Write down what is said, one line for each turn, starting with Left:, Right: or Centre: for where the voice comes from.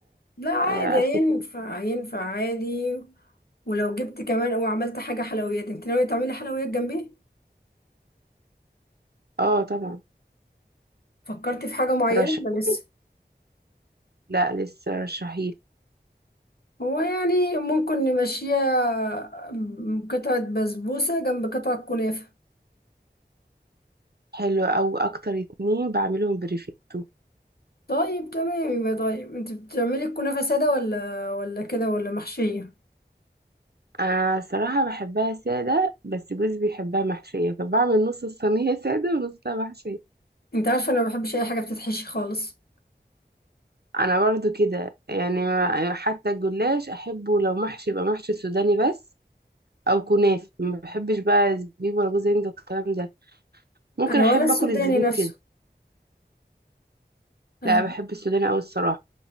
Left: لا عادي
Right: آه،
Left: هينفع
Right: أفكس
Left: هينفع عادي ولو جبت كمان وعملت حاجة حلويات انت ناوية تعملي حلويات جنبيه
Right: اه طبعا
Left: فكرتي في حاجة معينة
Right: ترشحي
Left: ولا لسه
Right: لا لسه رشحيلي
Left: هو يعني ممكن نمشيها قطعة بسبوسة جنب قطعة كنافة
Right: حلو أو أكتر اتنين بعملهم بريفيتو
Left: طيب تمام يبقى طيب انت بتعملي الكنافة سادة ولا ولا كده ولا محشية
Right: أنا الصراحة بحبها سادة بس جوزي بيحبها محشية فبعمل نص الصينية سادة ونصها محشية
Left: انت عارفة انا ما بحبش اي حاجة بتتحشي خالص
Right: أنا برضو كده يعني ما- يعني حتى الجلاش أحبه لو محشي يبقى محشي سوداني بس أو كنافة ما بحبش بقى زبيب ولا جوز هند والكلام ده ممكن
Left: انا
Right: أحب
Left: ولا السوداني
Right: أكل الزبيب
Left: نفسه
Right: كده
Left: انا
Right: لا بحب السوداني أوي الصراحة